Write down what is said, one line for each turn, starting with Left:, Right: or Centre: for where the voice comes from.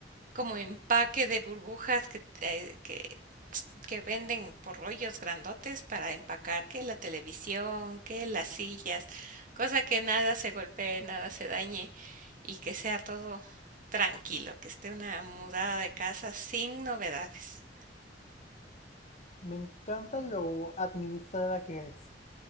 Right: como empaque de burbujas que, eh, que, <tsk> que venden por rollos grandotes para empacar que la televisión, que las sillas, cosa que nada se golpee, nada se dañe y que sea todo tranquilo, que esté una mudada de casa sin novedades.
Left: Me encanta lo administrada que eres.